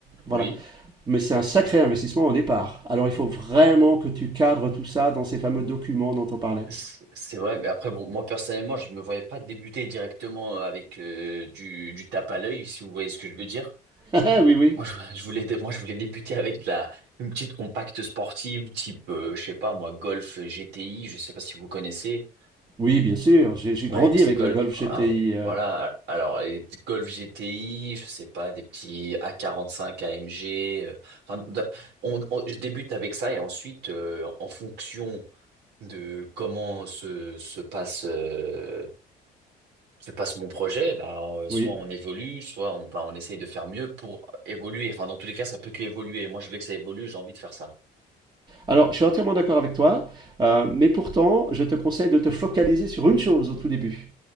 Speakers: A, on the right; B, on the right.
A: Voilà.
B: Oui.
A: Mais c'est un sacré investissement au départ. Alors, il faut vraiment que tu cadres tout ça dans ces fameux documents dont on parlait.
B: C'est c'est vrai, mais après, bon, moi personnellement, je ne me voyais pas débuter directement avec euh, du, du tape à l'œil, si vous voyez ce que je veux dire.
A: <laughs> oui, oui.
B: Moi, je, je voulais, dé- moi, je voulais débuter avec de la, une petite compacte sportive, type, euh, je sais pas, moi, Golf GTI, je sais pas si vous connaissez.
A: Oui, bien sûr, j'ai j'ai
B: Voilà,
A: grandi
B: les petites
A: avec
B: Golf,
A: la Golf
B: ah,
A: GTI. euh,
B: voilà, alors, les petites Golf GTI, je sais pas, des petits A45 quarante AMG. euh, enfin, d- on- on- je débute avec ça et ensuite, euh, en fonction de comment se, se passe. euh, se passe mon projet, bah, euh, soit
A: oui.
B: on évolue, soit on, bah, on essaye de faire mieux pour évoluer. Enfin, dans tous les cas, ça peut qu'évoluer. Moi, je veux que ça évolue, j'ai envie de faire ça.
A: Alors, je suis entièrement d'accord avec toi, euh, mais pourtant, je te conseille de te focaliser sur une chose au tout début.